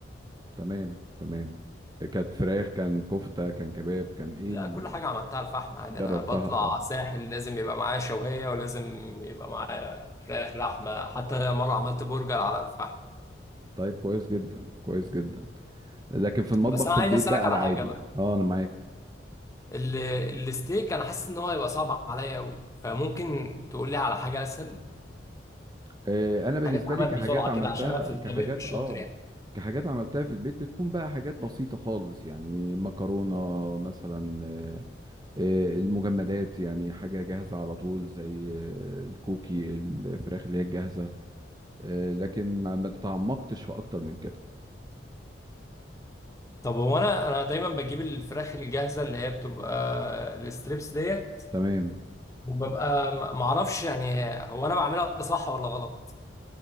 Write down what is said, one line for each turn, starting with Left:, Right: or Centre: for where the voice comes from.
Right: تمام تمام كانت فراخ كان كفته كان كباب كان ايه
Left: لا
Right: اللي
Left: كل حاجه عملتها على الفحم عادي
Right: جربتها
Left: انا بطلع
Right: آه.
Left: ساحل لازم يبقى معايا شويه ولازم يبقى معايا فراخ لحمه حتى مره عملت برجر على الفحم
Right: طيب كويس جدا كويس جدا لكن في المطبخ
Left: بس انا
Right: في
Left: عايز
Right: البيت
Left: اسالك
Right: بقى
Left: على
Right: العادي
Left: حاجه بقى
Right: اه انا معاك
Left: ال- الستيك انا حاسس ان هو هيبقى صعب عليا قوي فممكن تقول لي على حاجه اسهل
Right: آه، انا بالنسبه
Left: حاجه تتعمل
Right: لي كحاجات
Left: بسرعه
Right: عملتها
Left: كده عشان انا في الطبيخ
Right: كحاجات
Left: مش
Right: اه
Left: شاطر يعني
Right: كحاجات عملتها في البيت بتكون بقى حاجات بسيطه خالص يعني مكرونه مثلا آه، آه، المجمدات يعني حاجه جاهزه على طول زي آه، الكوكي الفراخ اللي هي الجاهزه آه، لكن ما ما تعمقتش في اكتر من كده
Left: طب هو انا انا دايما بجيب الفراخ الجاهزه اللي هي بتبقى الستريبس ديت
Right: تمام
Left: وببقى م- معرفش يعني هو انا بعملها صح ولا غلط